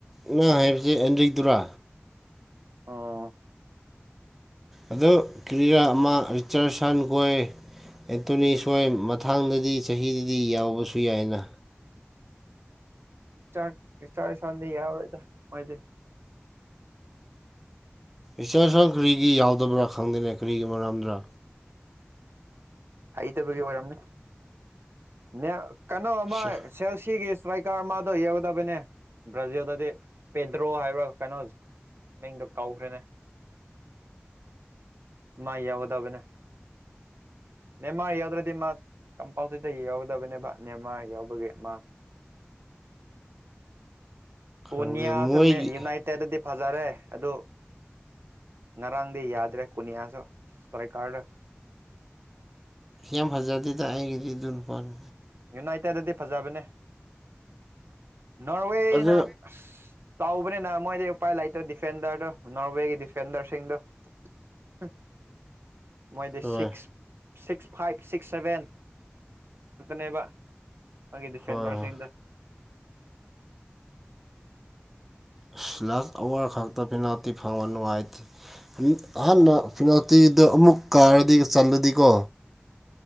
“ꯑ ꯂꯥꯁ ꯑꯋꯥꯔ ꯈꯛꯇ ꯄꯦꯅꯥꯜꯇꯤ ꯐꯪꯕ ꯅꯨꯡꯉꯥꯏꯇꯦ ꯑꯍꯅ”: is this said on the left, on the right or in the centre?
Centre